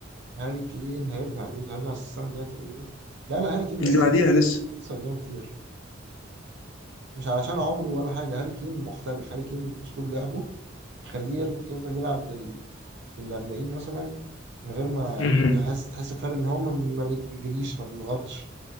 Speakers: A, on the right (about 60°); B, on the left (about 70°).
A: هاري كين هيرجع يا دود هيرجع السنة الجاية تقريبا لا لا هاري كين
B: اللي
A: لسه
B: بعديها
A: لا.
B: لسه
A: لسه قدامه كتير مش علشان عمره ولا حاجة هاري كين مختلف هاري كين أسلوب لعبه يخليه يرج- يفضل يلعب لل للأربعين مثلا من غير ما
B: مم.
A: يحس تحس بفرق إن هو ما ما بيجريش ما بيضغطش